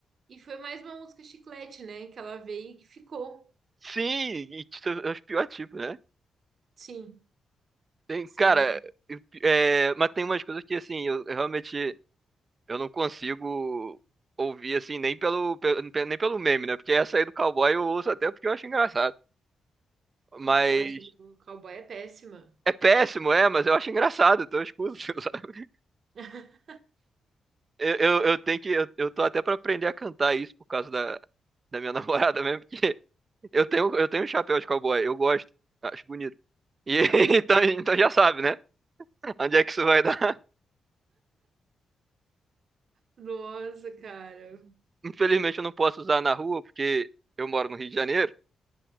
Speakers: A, on the right (about 60°); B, on the right (about 45°).
A: e foi mais uma música chiclete, né? Que ela veio e que ficou.
B: Sim, e t- é os piores tipos, né?
A: Sim,
B: Tem,
A: sim.
B: cara, eu- é, mas tem umas coisas que, assim, eu, eu realmente eu não consigo ouvir, assim, nem pelo, pe- nem pelo meme, né? Porque essa aí do cowboy eu ouço até porque eu acho engraçado. Mas
A: Eu acho que o cowboy é péssima.
B: é péssimo, é, mas eu acho engraçado, então eu escuto, <laughs> sabe?
A: <laughs>
B: Eu, eu, eu tenho que, eu, eu tô até pra aprender a cantar isso por causa da, da minha <laughs> namorada mesmo, porque Eu tenho, eu tenho um chapéu de cowboy, eu gosto, acho bonito. E <laughs>
A: Aham.
B: então, então já sabe, né? Onde é que isso vai dar? <laughs>
A: Nossa, cara.
B: Infelizmente eu não posso usar na rua porque eu moro no Rio de Janeiro,